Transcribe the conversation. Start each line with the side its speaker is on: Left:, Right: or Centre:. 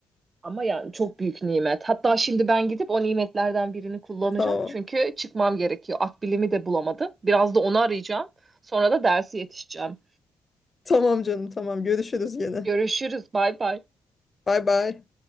Right: Ama yani çok büyük nimet. Hatta şimdi ben gidip o nimetlerden birini kullanacağım.
Left: Tamam.
Right: Çünkü çıkmam gerekiyor. Akbilimi de bulamadım. Biraz da onu arayacağım. Sonra da dersi yetişeceğim.
Left: Tamam canım tamam. Görüşürüz gene.
Right: Görüşürüz. Bay bay.
Left: Bay bay.